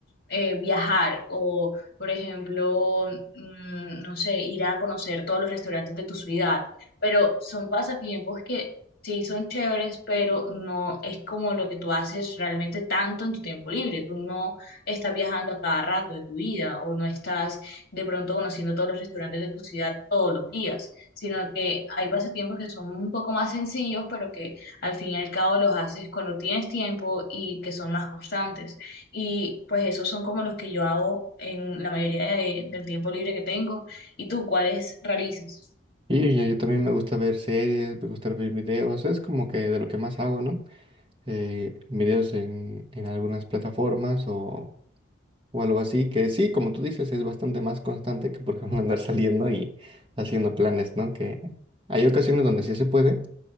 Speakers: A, on the left; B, on the right.
A: eh, viajar o, por ejemplo, mm, no sé, ir a conocer todos los restaurantes de tu ciudad. Pero son pasatiempos que sí son chéveres, pero no es como lo que tú haces realmente tanto en tu tiempo libre. Tú no estás viajando a cada rato de tu vida o no estás de pronto conociendo todos los restaurantes de tu ciudad todos los días, sino que hay pasatiempos que son un poco más sencillos, pero que al fin y al cabo los haces cuando tienes tiempo y que son más constantes. Y pues esos son como los que yo hago en la mayoría de- del tiempo libre que tengo. ¿Y tú cuáles realizas?
B: Y yo, yo también me gusta ver series, me gusta ver videos, es como que de lo que más hago, ¿no? Eh, videos en, en algunas plataformas o o algo así, que sí, como tú dices, es bastante más constante que, por ejemplo, <laughs> andar saliendo y haciendo planes, ¿no? Que hay ocasiones donde sí se puede,